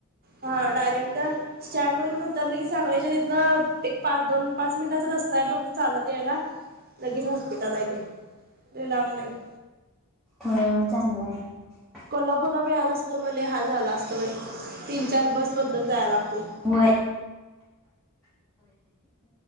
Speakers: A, on the right; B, in the centre.
A: हा डायरेक्ट स्टँड वर येऊन उतरलं की सांगलायच्या तिथनं एक पाच दोन पाच मिनटाचं रस्त आहे फक्त चालत आहे ना लगेच हॉस्पिटल आहे ते <inaudible> ललाम नाही <inaudible>
B: हो चांगलं आहे <inaudible>
A: कोल्हापूरला मिळाला अस तर म हाल झाला असतो तीन चार बस बदून जायला लागते <inaudible>
B: <inaudible> <inaudible>